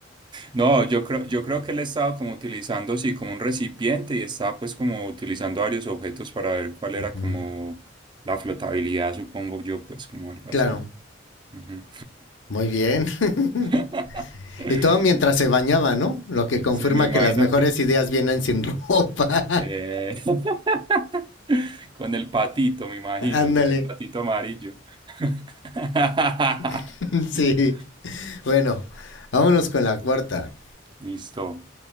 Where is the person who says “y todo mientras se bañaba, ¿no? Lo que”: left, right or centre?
Left